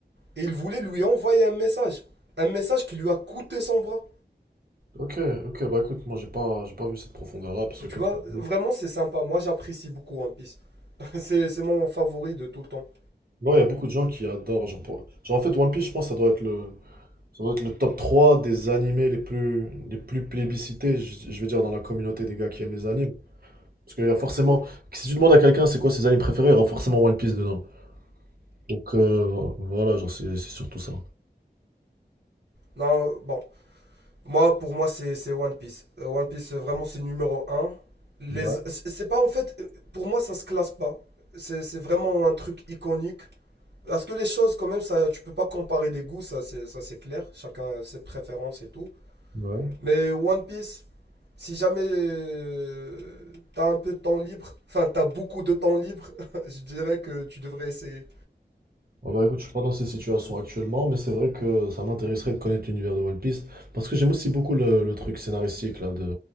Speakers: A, on the right (about 85°); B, on the right (about 60°).
A: Et il voulait lui envoyer un message. Un message qui lui a coûté son bras.
B: Ok, ok, bah écoute, moi j'ai pas, j'ai pas vu cette profondeur là, parce que comme
A: Tu vois,
B: tu
A: vraiment,
B: dis-
A: c'est sympa. Moi, j'apprécie beaucoup One Piece. <laughs> C'est, c'est mon favori de tout le temps.
B: Ouais, il y a beaucoup de gens qui adorent. Genre, pour- genre, en fait, One Piece, je pense, ça doit être le. Ça doit être le top 3 des animés les plus, les plus plébiscités, je, je vais dire, dans la communauté des gars qui aiment les animes. Parce qu'il y a forcément. Si tu demandes à quelqu'un c'est quoi ses animes préférés, il y aura forcément One Piece dedans. Donc euh, vo- voilà, genre c'est c'est surtout ça.
A: Non, bon. Moi, pour moi, c'est c'est One Piece. Euh, One Piece, euh, vraiment, c'est numéro un Les...
B: Ouais,
A: C'est c'est pas, en fait, euh, pour moi, ça se classe pas. C'est c'est vraiment un truc iconique. Parce que les choses, quand même, ça, tu peux pas comparer les goûts, ça, c'est ça, c'est clair. Chacun a ses préférences et tout.
B: ouais.
A: Mais One Piece, si jamais euh, t'as un peu de temps libre, enfin, t'as beaucoup de temps libre, <laughs> je dirais que tu devrais essayer.
B: Ah bah écoute, je suis pas dans ces situations actuellement, mais c'est vrai que ça m'intéresserait de connaître l'univers de One Piece. Parce que j'aime aussi beaucoup le, le truc scénaristique, là, de.